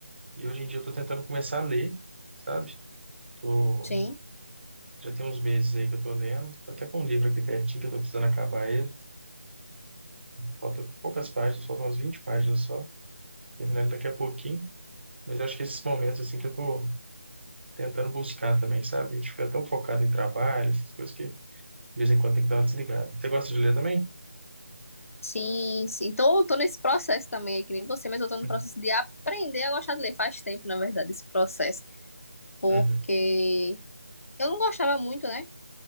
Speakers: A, on the right (about 50°); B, on the left (about 85°).
A: E hoje em dia eu tô tentando começar a ler, sabe? Tô,
B: Sim,
A: já tem uns meses aí que eu tô lendo. Tô até com um livro aqui pertinho que eu tô precisando acabar ele. Falta poucas páginas, faltam umas 20 páginas só. Terminar ele daqui a pouquinho. Mas eu acho que esses momentos, assim, que eu tô tentando buscar também, sabe? A gente fica tão focado em trabalho, essas coisas que de vez em quando tem que dar uma desligada. Você gosta de ler também?
B: sim, sim. Tô, tô nesse processo também, é que nem você, mas eu tô no
A: Uhum.
B: processo de aprender a gostar de ler. Faz tempo, na verdade, esse processo, porque
A: Uhum.
B: eu não gostava muito, né?